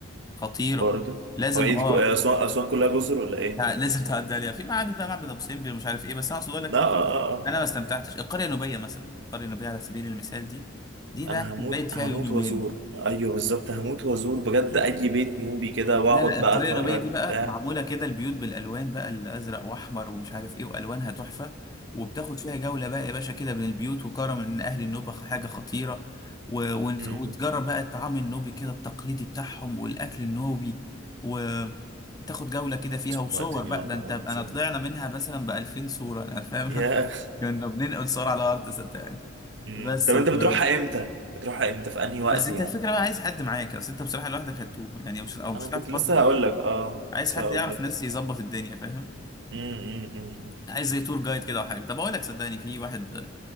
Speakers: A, on the left; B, on the right.
A: خطيره
B: برضه
A: لازم
B: هو ايه
A: اه
B: دي كو- اسوان اسوان كلها جزر ولا ايه
A: لا، لازم تعدي عليها في معابد بقى معبد ابو سمبل ومش عارف ايه بس انا اقصد اقول لك
B: لا اه اه اه
A: انا ما استمتعتش القريه النوبيه مثلا القريه النوبيه على سبيل المثال دي دي ده
B: انا هموت
A: كنت بايت فيها
B: هموت
A: يوم يومين
B: وازور ايوه بالظبط هموت وازور بجد اي بيت نوبي كده واقعد
A: لا لا
B: بقى
A: القرية
B: اتفرج
A: النوبية دي بقى
B: وبتاع
A: معمولة كده البيوت بالألوان بقى الأزرق وأحمر ومش عارف إيه وألوانها تحفة وبتاخد فيها جولة بقى يا باشا كده بين البيوت وكرم إن أهل النوبة حاجة خطيرة و... ونس-
B: مم.
A: وتجرب بقى الطعام النوبي كده التقليدي بتاعهم والأكل النوبي وتاخد جولة كده فيها وصور
B: وقتني
A: بقى
B: والله
A: ده أنت
B: العظيم
A: أنا
B: فين
A: طلعنا منها مثلا بألفين صورة أنا فاهم
B: يا
A: <laughs> كنا بننقل صور على الأرض صدقني
B: مم.
A: بس
B: طب
A: و...
B: انت بتروحها امتى؟ بتروحها امتى في انهي وقت
A: بس أنت
B: يعني؟
A: الفكرة بقى عايز حد معاك أصل أنت بصراحة لوحدك هتتوه يعني مش أو مش
B: انا
A: هتعرف
B: كنت
A: برضه
B: لسه هقول لك اه
A: عايز
B: لسه
A: حد
B: هقول
A: يعرف
B: لك
A: ناس يظبط الدنيا فاهم
B: امم
A: عايز زي تور جايد كده او حاجه طب اقول لك صدقني في واحد